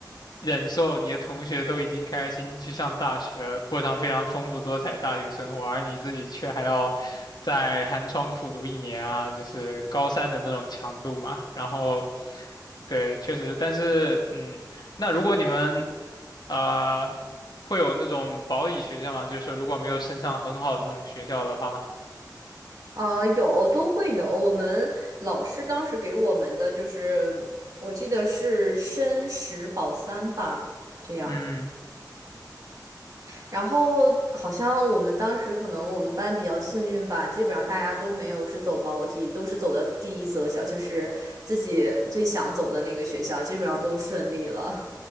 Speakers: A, on the left (about 65°); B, on the right (about 55°).
A: 忍受你的同学都已经开心心去上大学了，过上非常丰富多彩大学生活，而你自己却还要在寒窗苦读一年啊，就是高三的那种强度嘛。然后对，确实，但是嗯，那如果你们呃会有那种保底学校嘛，就是说如果没有升上很好的那种学校的话，
B: 啊，有都会有。我们老师当时给我们的就是，我记得是申十保三吧，这样。
A: 嗯，
B: 然后好像我们当时可能我们班比较幸运吧，基本上大家都没有是走保底，都是走的第一择校，就是自己最想走的那个学校，基本上都顺利了。